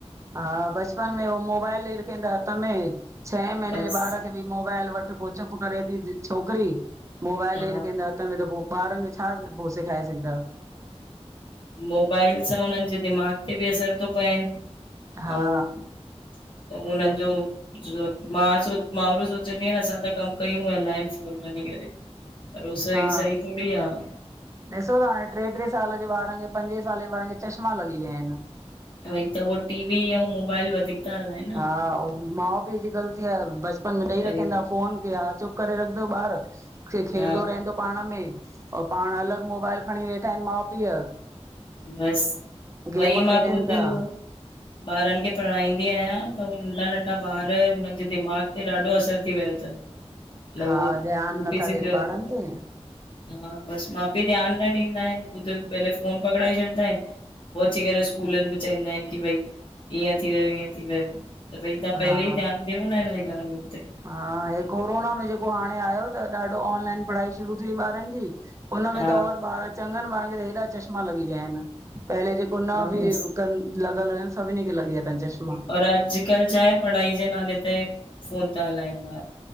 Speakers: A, on the right; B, on the left.
A: हा बचपन में होो मोबाइल ॾेई रखेन हथ में छहें महीने
B: बसि
A: जे ॿार मोबाइल वटि पो चप करे थी छोकिरी मोबाइल
B: हा
A: ॾई रखा हथ त पोइ ॿारनि खे छा पोइ सेखाए सघंद
B: मोबाइल सां हुननि जे दिमाग़ु ते बि असर थो पएनि
A: हा
B: ऐं त उन्हनि जो मां सो मू सोचंदी आहियां न असां त कमु कयूं हलनि फोन वञी करे परो सईी
A: हा
B: सी थोरीी आहे
A: ॾिसो त हाणे टे टे साल जे ॿारनि खे पंजे साल जे ॿार खे चश्मा लॻी विया आहिनि
B: भई त उहो टी वी ऐं मोबाइल वधीक था हलाइनि न
A: हा माउ पीउ जी ग़लती आहे बचपन में ॾेई
B: वरी
A: रखंदा फोन क हा चुप करे रखंदो ॿारु क खेॾंदो
B: हा
A: रहंदो पाण में ऐं पाण अलॻि मोबाइल खणी वेठा आहिनि माउ पीउ
B: बस
A: गेम
B: भई
A: खेॾनि
B: मां ख़ुदि
A: था
B: ॿारनि खे पढ़ाईंदी आहियां त हू नंढा नंढा ॿार हुननि जे दिमाग़ ते ॾाढो असरु थी वियो अथनि अल
A: हा
B: उह
A: ध्यानु
B: उल्टी
A: नथा
B: सिध
A: ॾियनि
B: हा
A: ॿारनि ते
B: बसि माउ पीउ ध्यानु न ॾींदा आहिनि ख़झु पहले फोन पकड़ाए छॾींदा आहिनि पोइ अची करे स्कूलनि में चवंदा आहिनि की भई ईअं थी वियो ईअं थी वियो त भई त
A: हा
B: पहले ई ध्यान ॾियो न हिनन जी गाल्नि ते
A: हा हे कोरोना में जेको हाणे आयो त ॾाढो ऑनलाइन पढ़ाई शुरू थीई ॿारनि जी हुनमें
B: हा
A: त और ॿार चङनि ॿारनि खे त हेॾा चश्मा लॻी विया आहिनि पहले जेको न
B: हा
A: बि
B: बसि
A: लॻल हुनि सभिनी खे लॻी वया तनि चश्मा
B: राज <inaudible> अॼुकल्ह छा आहे पढ़ाई जे नाले ते फफ़ोन था हलाइनि ॿार